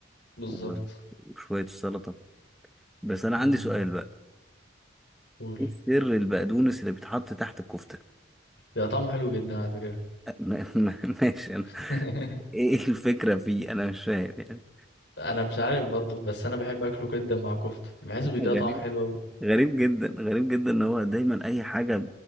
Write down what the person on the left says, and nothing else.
بالظبط
امم
قول
ده طعمه حلو جدا على فكرة
<laughs>
انا مش عارف برضو بس انا بحب اكله جدا مع كفتة بحسه
بيديها
طعم حلو قوي